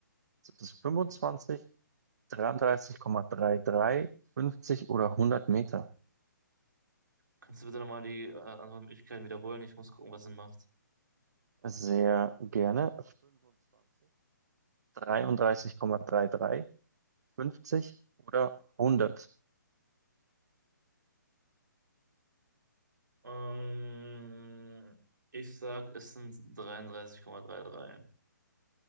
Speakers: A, on the right (about 55°); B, on the right (about 75°).
A: Sind es 25,
B: Ja.
A: 33,33, 50 oder hundert Meter?
B: Kannst du bitte nochmal die äh, Antwortmöglichkeiten wiederholen? Ich muss gucken, was Sinn macht.
A: Sehr gerne. 25, 33,33, 50 oder hundert.
B: Ähm, ich sag, es sind 33,33.